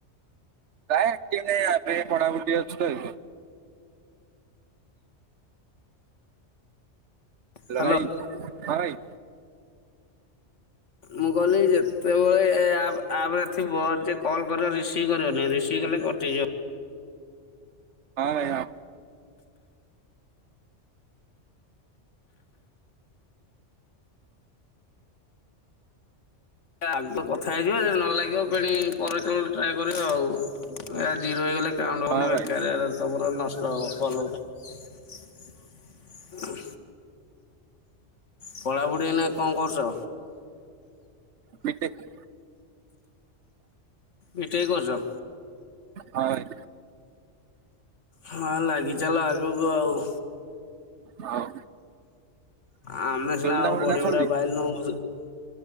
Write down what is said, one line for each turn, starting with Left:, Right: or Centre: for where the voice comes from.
Right: ନାଇଁ ଆକ୍ଟିଭ୍ ନାଇଁ ଏବେ ପଢାପଢି <inaudible> ଅଛୁ ତ।
Left: ହ୍ୟାଲୋ
Right: ଲଗାଇ? ହଁ ଭାଇ।
Left: ମୁଁ କହିଲି ଯେତେବେଳେ ଆପ୍ ଆପରେ ଥିବ ଯିଏ କଲ୍ କରିବ ରିସିଭ୍ କରିବନି ରିସିଭ୍ କଲେ କଟିଯିବ।
Right: ହଁ ଭାଇ ହଁ।
Left: ଆଗ କଥା ହେଇଯିବା ଯଦି ନ ଲାଗିବ ଫେଣି ପରେ <inaudible> ଟ୍ରାଏଲ୍। <inaudible> କରିବା ଆଉ ଏ ଜିରୋ ହେଇଗଲେ କାଉଣ୍ଟ ହବନି
Right: ହଁ ହଁ
Left: ବେକାରିଆରେ
Right: ଭାଇ
Left: ତମର ନଷ୍ଟ ହେବ। କଲ ଗୋଟାଏ, ଉହୁଁ ପଢ଼ାପଢ଼ି ଏଇନା କଣ କରୁଛ?
Right: ବିଟେକ୍।
Left: ବିଟେକ୍ କରୁଚ?
Right: ହାଏ
Left: ହଁ ନାଗିଚାଲ ଆଗକୁ ଆଉ।
Right: ହଉ।
Left: ଆମେ
Right: ଯୋରନ୍ଦା
Left: ସିନା ଆଉ
Right: ଫୋରନ୍ଦା
Left: ପଢିପୁଢା
Right: ଆସନ୍ତି
Left: ପାଇଲୁନୁ <inaudible>